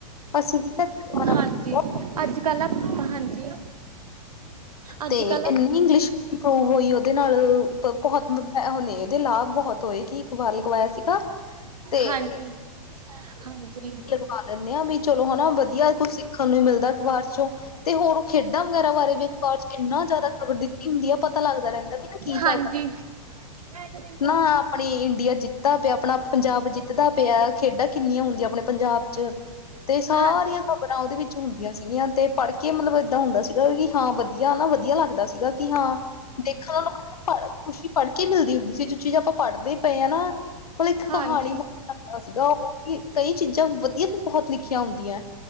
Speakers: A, on the left (about 85°); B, on the right (about 85°).
A: ਅਸੀਂ ਵੀ ਦੁਬਾਰਾ
B: ਹਾਂਜੀ ਅੱਜ ਕੱਲ ਨਾ ਹਾਂ ਹਾਂਜੀ। ਅੱਜ
A: ਤੇਰੇ
B: ਕੱਲ
A: ਇੰਨੀ ਇੰਗਲਿਸ਼ ਇੰਪਰੂਵ ਹੋਈ ਉਹਦੇ ਨਾਲ ਬਹੁਤ ਆ ਦੁੱਧ ਹੱਥ ਇਹਦੇ ਲਾਭ ਬਹੁਤ ਹੋਏ ਕਿ ਅਖ਼ਵਾਰੀ ਲਗਵਾਇਆ ਸੀਗਾ। ਤੇ
B: ਹਾਂਜੀ-ਹਾਂਜੀ।
A: ਪਾ ਲੈਂਦੇ ਆ ਵੀ ਚਲੋ ਹਨਾ ਵਧੀਆ ਕੁੱਛ ਸਿੱਖਣ ਨੂੰ ਮਿਲਦਾ ਅਖ਼ਬਾਰ ਚੋਂ ਤੇ ਹੋਰ ਖੇਡਾਂ ਵਗੈਰਾ ਬਾਰੇ ਵੀ ਚ ਇੰਨਾ ਜ਼ਿਆਦਾ ਖ਼ਬਰ ਦਿੱਤੀ ਹੁੰਦੀ ਆ ਪਤਾ ਲੱਗਦਾ ਰਹਿੰਦਾ ਨਾ
B: ਹਾਂਜੀ
A: ਚੱਲਦਾ।
B: <inaudible>
A: ਨਾ ਆਪਣੇ ਇੰਡੀਆ ਜਿੱਤਾ ਤੇ ਆਪਣਾ ਪੰਜਾਬ ਜਿੱਤ ਧਦਾ ਪਿਆ ਖੇਡਾਂ ਕਿੰਨੀਆਂ ਹੁੰਦੀਆਂ ਆਪਣੇ ਪੰਜਾਬ ਚ ਤੇ ਸਾਰੀਆਂ
B: ਹਾਂਜੀ
A: ਖ਼ਬਰਾਂ ਉਹਦੇ ਵਿੱਚ ਹੁੰਦੀਆਂ। ਸੀਗੀਆਂ ਤੇ ਪੜ੍ਹ ਕੇ ਮਤਲਬ ਏਦਾਂ ਹੁੰਦਾ ਸੀਗਾ ਵੀ ਹਾਂ ਵਧੀਆ ਨਾ ਵਧੀਆ ਲੱਗਦਾ ਸੀ। ਸੀਗਾ ਕਿ ਹਾਂ ਦੇਖਣ ਨੂੰ ਮਤਲਬ ਪੜ ਖੁਸ਼ੀ ਪੜ੍ਹ ਕੇ ਮਿਲਦੀ ਹੁੰਦੀ ਸੀ ਜ ਚੀਜ਼ ਆਪਾਂ ਪੜ੍ਹਦੇ ਹੀ ਪਏ ਹਾਂ ਨਾ ਮਤਲਬ ਇੱਕ ਕਹਾਣੀ
B: ਹਾਂਜੀ
A: ਨੂੰ ਸੀਗਾ ਉਹ ਕਈ ਚੀਜ਼ਾਂ ਵਧੀਆ ਬਹੁਤ ਲਿਖੀਆਂ ਹੁੰਦੀਆਂ।